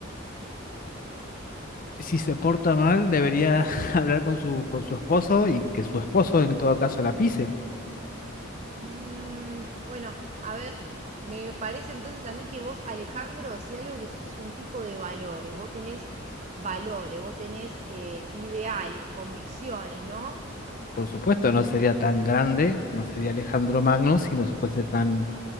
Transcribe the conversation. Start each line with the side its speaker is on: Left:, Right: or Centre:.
Left: si se porta mal, debería <laughs> hablar con su, con su esposo y que su esposo en todo caso la pise.
Right: Mm, bueno, a ver, me parece entonces a mí que vos, Alejandro, si algo que sos es un tipo de valores, vos tenés valores, vos tenés eh, ideales, convicciones, ¿no?
Left: Por supuesto, no sería tan grande, no sería Alejandro Magno si no fuese tan